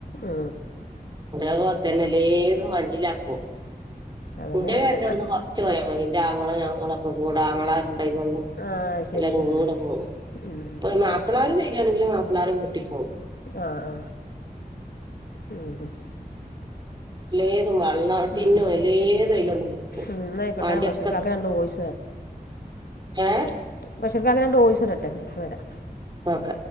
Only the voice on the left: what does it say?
ആ
അതന്നെ
കാട്ട
ആഹ് ശരി
ഉം
ഉം ഉം
ആ ആ ഉം
ഉം
ഉം എന്നായിക്കോട്ടെ
ഞാൻ ബഷീർക്കാക്ക
രണ്ട് വോയിസ്
ബഷീർക്കാക്ക് രണ്ട് വോയ്സ് ഇടട്ടെ ഇന്നട്ട് വരാ